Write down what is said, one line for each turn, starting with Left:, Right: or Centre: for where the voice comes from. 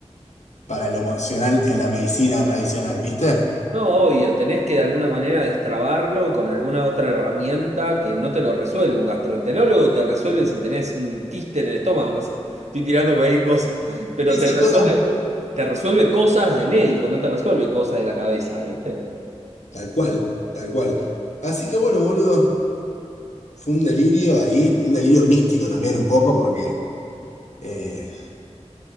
Left: para lo emocional en la medicina tradicional, ¿viste?
Right: No, obvio, tenés que de alguna manera destrabarlo con alguna otra herramienta que no te lo resuelve. Un gastroenterólogo te resuelve si tenés un quiste en el estómago, no sé, estoy tirando cualquier cosa, pero
Left: Sí,
Right: te
Left: sí,
Right: resuelve,
Left: cosas
Right: te resuelve cosas de médico, no te resuelve cosas de la cabeza, ¿viste?
Left: tal cual, tal cual. Así que bueno, boludo, fue un delirio ahí, un delirio místico también un poco porque eh,